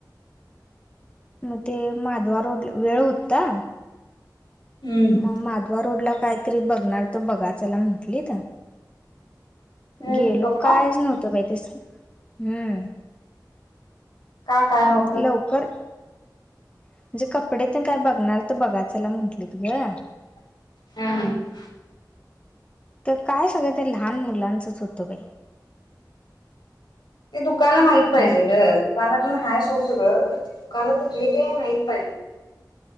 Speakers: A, on the left (about 15°); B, on the left (about 85°).
A: म ते माधवा रोड वेळ होता.
B: हम्म
A: मग माधवा रोड ला कायतरी बघणार तर बघायचला म्हटली तर.
B: ए
A: गेलो
B: पप्पा
A: कायच नव्हतं बाही तेस हम्म.
B: का काय नव्हत.
A: लवकर. म्हणजे कपडे ते काय बघणार तर बघायचंला म्हटली त गं.
B: हम् हम.
A: तर काय सगळं ते लहान मुलांचंच होतं बाई.
B: ते दुकान माहित पाहिजे
A: आणि
B: ग दुकानातन हय सोड सगळं खर ते दुकानं कुठली ते माहित पाहिजे.